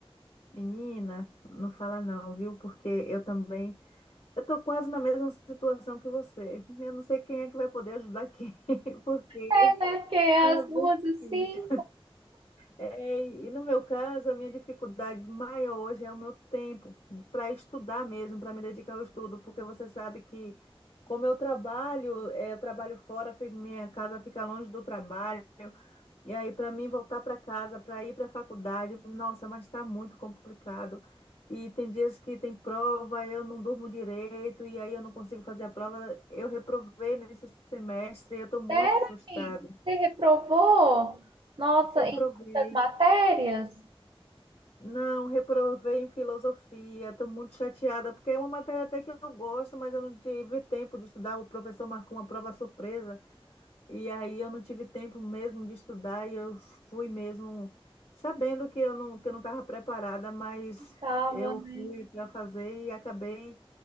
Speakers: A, on the left; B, on the right.
A: Menina, não fala não, viu? Porque eu também, eu tô quase na mesma situação que você. Eu não sei quem é que vai poder ajudar quem, <laughs> porque
B: É, né? Porque as
A: é bem
B: duas assim,
A: difícil. É, e no meu caso, a minha dificuldade maior hoje é o meu tempo para estudar mesmo, para me dedicar ao estudo, porque você sabe que como eu trabalho, é, eu trabalho fora, fi- minha casa fica longe do trabalho. E aí, para mim, voltar para casa, para ir para a faculdade, nossa, mas está muito complicado. E tem dias que tem prova, eu não durmo direito, e aí eu não consigo fazer a prova. Eu reprovei nesse semestre, eu estou muito
B: Sério,
A: frustrada.
B: amigo? Você reprovou? Nossa,
A: Reprovei.
B: em muitas matérias?
A: Não, reprovei em filosofia, estou muito chateada, porque é uma matéria até que eu gosto, mas eu não tive tempo de estudar. O professor marcou uma prova surpresa. E aí eu não tive tempo mesmo de estudar e eu fui mesmo sabendo que eu não que eu não estava preparada, mas
B: Tava,
A: eu
B: né?
A: fui para fazer e acabei